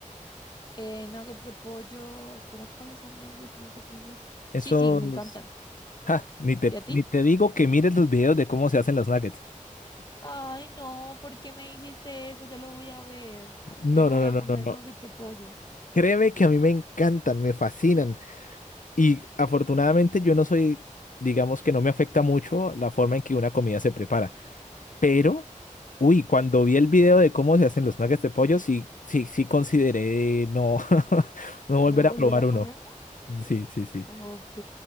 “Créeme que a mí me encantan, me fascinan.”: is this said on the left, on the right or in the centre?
Left